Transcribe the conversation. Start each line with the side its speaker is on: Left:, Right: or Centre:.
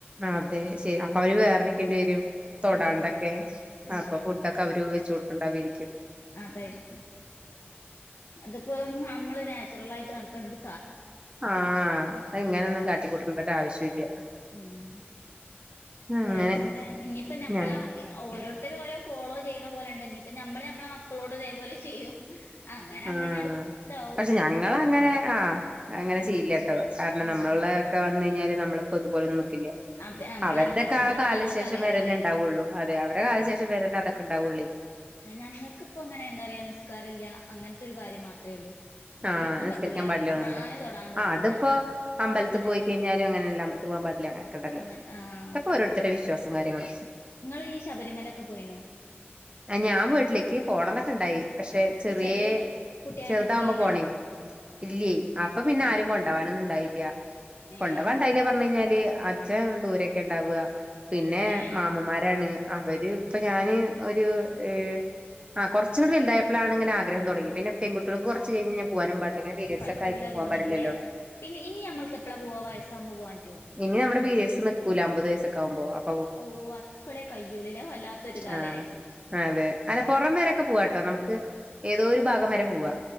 Right: അതെ ശെ അപ്പൊ അവര് വേറെ വെക്കേണ്ടി വരും തൊടാണ്ടൊക്കെ
Left: ആഹ് ആഹ്
Right: അപ്പൊ ഫുഡൊക്കെ അവര് വെച്ച് കൊടുക്ക്ണ്ടാവേര് ക്കും
Left: അതായിരിക്കും അതിപ്പോ നമ്മള് നാച്ചുറൽ ആയിട്ട് നടക്കണ്ടി
Right: ആ അത് ഇങ്ങനൊന്നും കാട്ടിക്കൂട്ടേണ്ട ഒരു ആവശ്യം ഇല്ല
Left: ഉം വേറെന്താ
Right: അങ്ങനെ
Left: ഇനിയിപ്പ ഞമ്മള
Right: ഞാൻ
Left: ഓരോരുത്തരും ഓരോ ഫോളോ ചെയ്യണ പോലെ ഉണ്ട് ന്നിപ്പ ഞമ്മള് ഞമ്മള മക്കളോട് ഇതേപോലെ ചെയ്യും അങ്ങനെ
Right: ആ
Left: അങ്ങനെ അടു ഇതാവും
Right: പക്ഷെ ഞങ്ങളങ്ങനെ ആ അങ്ങനെ
Left: ഉം
Right: ചെയ്യ്ല്യാ ട്ടോ കാരണം
Left: ഉം
Right: നമ്മളെ ഒക്കെ വന്ന് കഴിഞ്ഞാല് നമ്മളിപ്പോ ഇതുപോലൊന്നും നിക്കില്ല്യ
Left: അപ്പ നമ്മള്
Right: അവരുടെൊക്കെ
Left: അനുഭവിച്ചത്
Right: ആ
Left: ഇപ്പ
Right: കാലശേഷം
Left: ഞമ്മക്കറിയാലോല്ലേ
Right: വരന്നേ ഉണ്ടാവുള്ളു അതെ അവരുടെ കാലശേഷം വരന്നേ അതൊക്കെ ഉണ്ടാവുള്ളി
Left: ഞങ്ങൾക്ക്ിപ്പ അങ്ങനെ എന്താ പറയാ നിസ്കാരമല്ല അങ്ങനത്തെ ഒരു കാര്യം മാത്രമേ ഉള്ളൂ നിസ്കരിക്കാൻ
Right: ആഹ് നിമസ്കരിക്കാൻ
Left: പറ്റൂല
Right: പാടില്ല
Left: ഖുർആന്
Right: ഒന്നണ്ടേ
Left: തൊടാൻ പറ്റൂല
Right: ആ അതിപ്പോൊ അമ്പലൽ
Left: അങ്ങനെ
Right: പോയി കഴിഞ്ഞാലും അങ്ങനെയല്ല മല <unintelligible> ണ്ടല്ലോ
Left: അങ്ങ ആഹ്
Right: അതൊക്കെ ഓരോരുത്തരുടെ വിശ്വാസം കാര്യങ്ങളും
Left: ഇങ്ങള് ഈ ശബരിമലൊക്കെ പോയിണോ
Right: ആ ഞാൻ വീട്ടിലേക്ക് പോണംന്നൊക്കെ ഉണ്ടായി പക്ഷെ
Left: അപ്പൊ
Right: ചെറിയേ
Left: ചെറിയ കുട്ടിയായന്ന്
Right: ചെറുതാവുമ്പോ
Left: പോയില്ല
Right: പോണേ ഇല്ലേയ് അപ്പൊ പിന്നെ
Left: ഏഹ്
Right: ആരും കൊണ്ടോവാനൊന്നു ഉണ്ടായില്ല
Left: ഏഹ്
Right: കൊണ്ടവാൻ ഉണ്ടായില്ല പറഞ്ഞ് കഴിഞ്ഞാല് അ ച്ഛൻ ദൂരൊക്കെ ഉണ്ടാവുക പിന്നെ
Left: ഏഹ്
Right: മാമൻമാരാണ് അവര് ഇപ്പൊ ഞാന് ഒരു ഏഹ് ആഹ് കുറച്ചങ്ങട് വലുതയാപ്പോലാണ് ഇങ്ങനെ ആഗ്രഹം തുടങ്ങി പിന്നെ പെൺകുട്ടികൾക്ക് കുറ പിന്നെ പോവനും പാടില്ല ഇങ്ങനെ പരീഡ്സൊക്കെ
Left: പറ്റൂല
Right: ആയ പോവാനും
Left: തോന്നുന്നുണ്ടല്ലേ
Right: പടില്ലല്ലോ
Left: പിന്നെ ഇനി നമ്മക്ക് എപ്പളാ പോവാ വയസാവുമ്പോ പോവൻ പറ്റോ
Right: ഇനി നമ്മുടെ പേരീഡ്സ് നിക്കൂലെ അമ്പത് വയസോക്കെ ആകുമ്പോം അപ്പോ
Left: ഓഹ് അപ്പളേ കയ്യോളില്ലെ അത് വല്ലാത്തൊരിതാലേ
Right: ആഹ് അതെ അല്ല പുറം വരൊക്കെ പോവാട്ടോ നമുക്ക് ഏതോ ഒരു ഭാഗം വരെ പോവാ